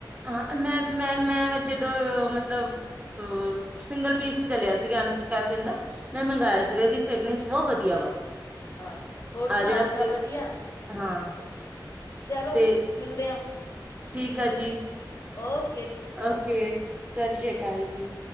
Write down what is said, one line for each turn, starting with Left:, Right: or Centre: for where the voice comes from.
Right: ਹਾਂ, ਮੈਂ-ਮੈਂ-ਮੈਂ, ਜਦੋਂ ਮਤਲਬ ਅ ਸਿੰਗਲ ਪੀਸ ਹੀ ਚਲਿਆ ਸੀਗਾ ਕੈਫੇਨ ਦਾ ਮੈਂ ਮੰਗਾਆ ਸੀਗਾ ਇਦੀ ਫਰੈਗਰੈਂਸ ਬੌਤ ਵਧੀਆ ਵਾ,
Left: ਆਹੋ ਹੋਰ ਸੁਣਾਓ
Right: ਆਹ ਜੇੜਾ
Left: ਸਭ
Right: ਪਿੰਗ
Left: ਵਧੀਆ
Right: ਹਾਂ।
Left: ਚਲੋ
Right: ਤੇ,
Left: ਮਿਲਦੇ
Right: ਠੀਕ ਆ ਜੀ‌
Left: ਓ
Right: ਓਕੇ ਸਤ ਸ੍ਰੀ ਅਕਾਲ ਜੀ।